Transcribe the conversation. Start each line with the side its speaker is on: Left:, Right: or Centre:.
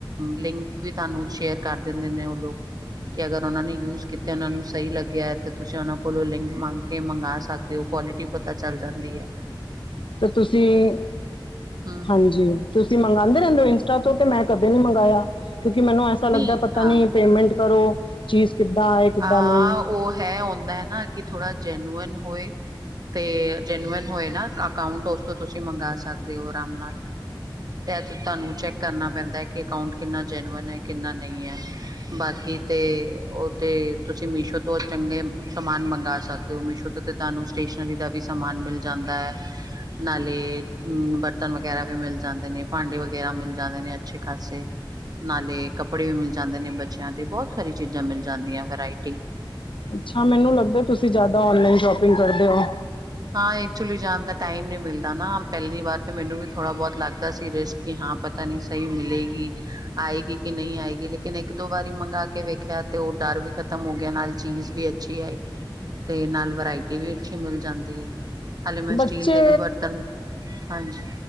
Right: ਲਿੰਕ ਵੀ ਤੁਹਾਨੂੰ ਸ਼ੇਰ ਕਰ ਦਿੰਦੇ ਨੇ ਉਹ ਲੋਕ। ਕਿ ਅਗਰ ਉਹਨਾਂ ਨੇ ਯੂਜ ਕੀਤੇ ਉਹਨਾਂ ਨੂੰ ਸਹੀ ਲੱਗਿਆ ਤੁਸੀਂ ਉਹਨਾ ਕੋਲੋਂ ਲਿੰਕ ਮੰਗ ਕੇ ਮੰਗਾ ਸਕਦੇ ਹੋ ਕੁਆਲਿਟੀ ਪਤਾ ਚੱਲ ਜਾਂਦੀ ਏ।
Left: ਤੇ ਤੁਸੀਂ
Right: ਹਮ
Left: ਹਾਂਜੀ ਤੁਸੀਂ ਮੰਗਾਂਦੇ ਰਹਿੰਦੇ ਹੋ ਇੰਸਟਾ ਤੋਂ ਤੇ ਮੈਂ ਨਹੀਂ ਮੰਗਾਇਆ ਕਿਉਂਕਿ ਮੈਨੂੰ ਐਸਾ ਲੱਗਦਾ
Right: ਨਹੀਂ
Left: ਪਤਾ
Right: ਹਾਂ
Left: ਨੀ ਪੇਮੈਂਟ ਕਰੋ ਚੀਜ਼ ਕਿੱਦਾਂ ਆਏ ਕਿੱਦਾਂ
Right: ਹਾਂ
Left: ਨਹੀਂ
Right: ਉਹ ਹੈ ਹੁੰਦੇ ਹੈ ਨਾ ਕਿ ਥੋੜ੍ਹਾ ਜੈਨੂਅਨ ਹੋਏ ਤੇ ਜੇਨੂੰਅਨ ਹੋਏ ਨਾ ਅਕਾਉਂਟ ਉਸ ਤੋਂ ਤੁਸੀਂ ਮੰਗਾ ਸਕਦੇ ਹੋ ਆਰਾਮ ਨਾਲ ਤੁਹਾਨੂੰ ਚੈਕ ਕਰਨਾ ਪੈਂਦਾ ਕਿ ਅਕਾਊਂਟ ਕਿੰਨਾ ਜੈਨਓਨ ਹੈ, ਕਿੰਨਾ ਨਹੀਂ ਹੈ। ਬਾਕੀ ਤੇ ਉਹ ਤੇ ਤੁਸੀਂ ਮੀਸ਼ੋ ਤੋਂ ਚੰਗੇ ਸਮਾਨ ਮੰਗਵਾ ਸਕਦੇ ਹੋ ਮੀਸ਼ੋ ਤੋਂ ਤੇ ਤੁਹਾਨੂੰ ਸਟੇਸ਼ਨਰੀ ਦਾ ਵੀ ਸਮਾਨ ਮਿਲ ਜਾਂਦਾ ਹੈ ਨਾਲੇ ਹੁ ਬਰਤਨ ਵਗੈਰਾ ਵੀ ਮਿਲ ਜਾਂਦੇ ਨੇ ਭਾਂਡੇ ਵਗੈਰਾ ਮਿਲ ਜਾਂਦੇ ਨੇ ਅੱਛੇ ਖ਼ਾਸੇ ਨਾਲੇ ਕੱਪੜੇ ਵੀ ਮਿਲ ਜਾਂਦੇ ਨੇ ਬੱਚਿਆਂ ਤੇ ਬਹੁਤ ਸਾਰੀ ਚੀਜ਼ਾਂ ਮਿਲ ਜਾਂਦੀਆਂ ਵਰਾਇਟੀ
Left: ਅੱਛਾ ਮੈਨੂੰ ਲੱਗਦਾ ਤੁਸੀਂ ਜਿਆਦਾ ਓਨਲਾਈਨ ਸ਼ੋਪਿੰਗ ਕਰਦੇ ਹੋ।
Right: ਹਾਂ ਐਕਚੁਲੀ ਜਾਣ ਦਾ ਟਾਈਮ ਨੀ ਮਿਲਦਾ ਨਾ ਪਹਿਲੀ ਵਾਰ ਤੇ ਮੈਨੂੰ ਵੀ ਥੋੜਾ ਬਹੁਤ ਲੱਗਦਾ ਸੀ ਰਿਸਕੀ ਹ ਹਾਂ ਪਤਾ ਨੀ ਸਹੀ ਮਿਲੇਗੀ ਆਏਗੀ ਕਿ ਨਹੀਂ ਆਏਗੀ ਲੇਕਿਨ ਇੱਕ ਦੋ ਵਾਰੀ ਮੰਗਾਵਾ ਕੇ ਵੇਖਿਆ ਤੇ ਓ ਡਰ ਵੀ ਖਤਮ ਹੋ ਗਿਆ ਨਾਲ ਚੀਜ਼ ਵੀ ਅੱਛੀ ਆਈ ਤੇ ਨਾਲ ਵਰਾਇਟੀ ਵੀ ਅੱਛੀ ਮਿਲ ਜਾਂਦੀ ਹਾਲੇ ਮੈਂ
Left: ਬੱਚੇ
Right: ਸਟੀਲ ਦੇ ਵੀ ਬਰਤਨ ਹਾਂਜੀ